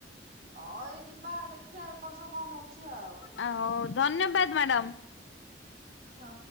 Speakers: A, on the right; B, on the left.
A: ଅ-ଏ ଯିବା ଦେଖିବା ଏ ବର୍ଷ କଣ ହଉଛି ଆଉ।
B: ଆ ହଉ ଧନ୍ୟବାଦ ମ୍ୟାଡ଼ାମ।
A: ହଁ।